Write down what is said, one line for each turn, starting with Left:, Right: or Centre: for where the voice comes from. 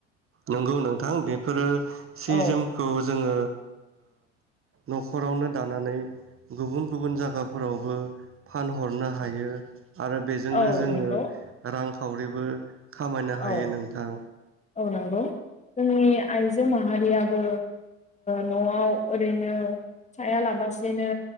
Right: नंगौ नोंथां बेफोरो सि
Left: औ
Right: जोमखौ जोङो न'खरावनो दानानै गुबुन गुबुन जायगाफोरावबो फानहरनो हायो आरो बेजोंनो
Left: औ
Right: जोङो
Left: नंगौ
Right: रां खावरिबो खामायनो
Left: औ
Right: हायो नोंथां
Left: औ नंगौ जोंनि आइजो माहारियाबो न'आव ओरैनो थाया लाबसिनो